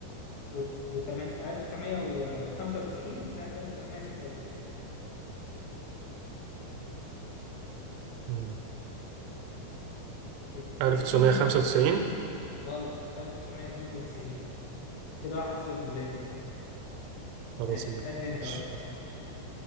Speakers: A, on the left; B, on the right.
A: و وتمن- 1995 سنة 1996
B: مم.
A: التسعين
B: 1995
A: غلط 1992 كده واحد صفر ليا
B: خلاص
A: ماشي
B: ماشي
A: اسألني انت بقى